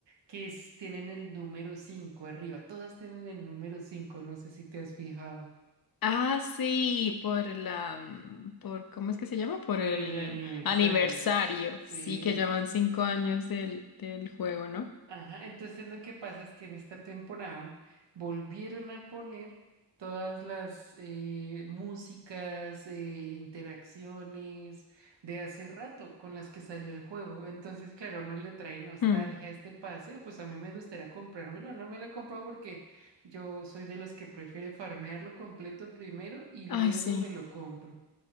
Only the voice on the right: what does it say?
que es- tienen el número 5 arriba. Todas tienen el número 5. no sé si te has fijado.
Por
el aniversario.
Sí.
Ajá, entonces lo que pasa es que en esta temporada volvieron a poner todas las eh, músicas, eh, interacciones de hace rato con las que salió el juego. Entonces, claro, no le trae nostalgia
a este pase, pues a mí me gustaría comprármelo. No me lo he comprado porque yo soy de los que prefiere farmearlo completo primero y
luego
me lo compro.